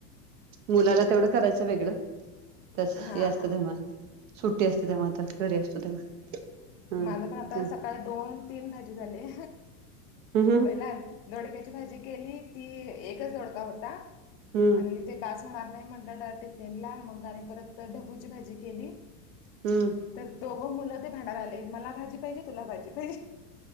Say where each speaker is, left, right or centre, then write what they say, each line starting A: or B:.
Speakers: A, on the right; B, on the left.
A: मुलाला तेवढं करायचं वेगळं त्याच
B: हां
A: यास्त
B: हां
A: धमा सुट्टी असते तेव्हा आता घरी असतो तेव्हा हम्म
B: माझं पण आता सकाळी दोन तीन भाजी झाली
A: हम हं
B: डक्याची भाजी केली ती एकच दोडका होता
A: हम्म
B: आणि ते बस होणार नाही म्हटलं टिफिन ला मग आणि परत ढबूची भाजी केली
A: हम्म
B: तर दोघं मुलं ते भांड आले मला भाजी पाहिजे तुला भाजी पाहिजे